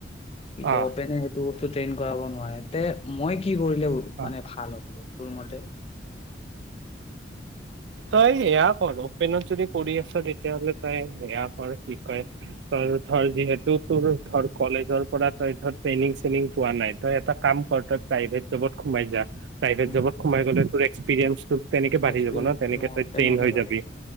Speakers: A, on the left (about 30°); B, on the right (about 70°).
A: কি
B: অ
A: কয় অপেন হে সেইটো বস ট্ৰেইন কৰাব নোৱাৰে, তে মই কি কৰিলেও
B: অ',
A: মানে ভাল হ'ব? <unintelligible> তোৰ মতে?
B: তই সেয়া কৰ‌ অপেনত যদি কৰি আছা তেতিয়া হ'লে তই সেয়া কৰ‌ কি কয় তই ধৰ যিহেতু তোৰ ধৰ কলেজৰ পৰা তই ধৰ ট্ৰেইনিঙ চেনিঙ পোৱা নাই, তই এটা কাম কৰ তই এটা প্ৰাইভেট জবত খোমাই যা প্ৰাইভেট
A: উম,
B: যবত সোমাই গ'লে তোৰ এক্সপিৰিয়েঞ্চছটো তেনেকে বাঢ়ি
A: এক্সপিৰিয়েঞ্চটো
B: যাব ন'। তেনেকে
A: অ
B: তই
A: তেনেকে
B: ট্ৰেইন হয়
A: বাঢ়ি
B: যাবি,
A: যাব